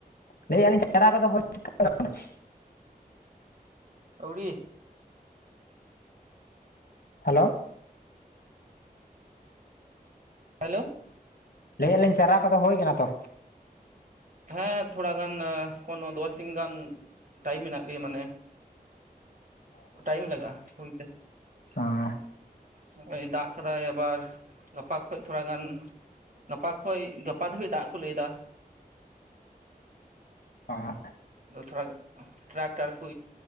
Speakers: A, on the left; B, on the right.
A: ᱞᱟᱹᱭᱮᱫ ᱟᱞᱤᱧ ᱪᱟᱨᱟ ᱠᱚᱫᱚ ᱦᱩᱭ ᱪᱩᱠᱟᱹᱣ ᱟᱠᱟᱱᱟ ᱾
B: ᱟᱹᱣᱨᱤ
A: ᱦᱮᱞᱳ
B: ᱦᱮᱞᱳ
A: ᱞᱟᱹᱭᱮᱫ ᱟᱹᱞᱤᱧ ᱪᱟᱨᱟ ᱠᱚᱫᱚ ᱦᱩᱭ ᱠᱟᱱᱟ ᱛᱚ?
B: ᱦᱮᱸ ᱛᱷᱚᱲᱟ ᱜᱟᱱ ᱠᱳᱱᱳ ᱫᱚᱥ ᱫᱤᱱ ᱜᱟᱱ ᱴᱟᱭᱤᱢ ᱢᱮᱱᱟᱜ ᱜᱮᱭᱟ ᱢᱟᱱᱮ ᱴᱟᱭᱤᱢ ᱞᱟᱜᱼᱟ ᱦᱩᱭᱛᱮ
A: ᱚᱸ
B: ᱱᱚᱜᱚᱭ ᱫᱟᱜ ᱠᱮᱫᱟᱭ ᱟᱵᱟᱨ ᱜᱟᱯᱟ ᱠᱷᱚᱱ ᱛᱷᱚᱲᱟ ᱜᱟᱱ ᱜᱟᱯᱟ ᱠᱷᱚᱡ ᱜᱟᱯᱟ ᱫᱷᱟᱹᱵᱤᱡ ᱫᱟᱜ ᱠᱚ ᱞᱟᱹᱭᱮᱫᱟ᱾
A: ᱚ
B: ᱟ ᱛᱷᱚᱲᱟ ᱴᱨᱟᱠᱴᱟᱨ ᱠᱚ